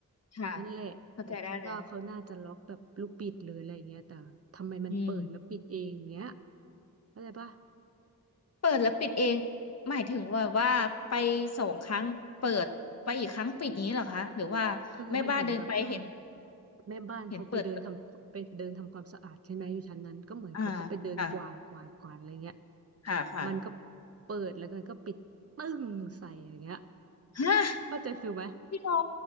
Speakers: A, on the left; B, on the right.
A: ค่ะ
B: นั่นแหละแต่คิดว่าเขาน่าจะล็อกแบบลูกบิดหรืออะไรเงี้ยแต่ทำไมมันเปิดแล้วปิดเองเงี้ย
A: เข้าใจได้เลยอืม
B: เข้าใจปะ
A: เปิดแล้วปิดเองหมายถึงว่าว่าไปสองครั้งเปิดไปอีกครั้งปิดอย่างนี้เหรอคะหรือว่า
B: คือมันเหมือนแบบว่า
A: แม่บ้านเดินไปเห็น
B: แม่บ้านเขาไปเดินทำไปเดินทำความสะอาดใช่ไหมอยู่ชั้นนั้นก็เหมือนเขาก็ไปเดินกวาดกวาดกวาดอะไรเงี้ย
A: เห็นเปิดอ่าค่ะค่ะค่ะ
B: มันก็เปิดแล้วก็ก็ปิดตึ้งใส่อย่างเงี้ย
A: ฮะ
B: เข้าใจฟิลไหม
A: พี่หมอ